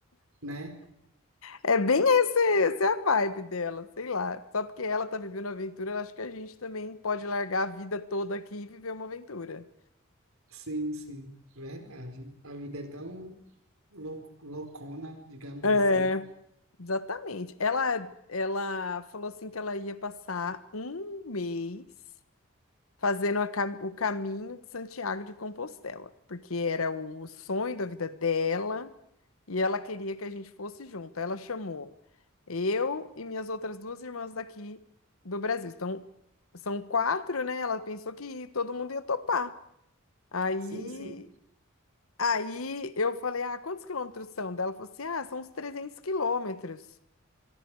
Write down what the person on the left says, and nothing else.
É bem esse, essa é a vibe dela, sei lá. Só porque ela tá vivendo uma aventura, ela acha que a gente também pode largar a vida toda aqui e viver uma aventura.
É.
Exatamente. Ela, ela falou assim que ela ia passar um mês fazendo a cam- o caminho de Santiago de Compostela, porque era o sonho da vida dela e ela queria que a gente fosse junto. Ela chamou eu e minhas outras duas irmãs daqui do Brasil. Então, são quatro, né? Ela pensou que todo mundo ia topar. Aí,
aí eu falei, ah, quantos quilômetros são? Dela falou assim, ah, são uns 300 quilômetros.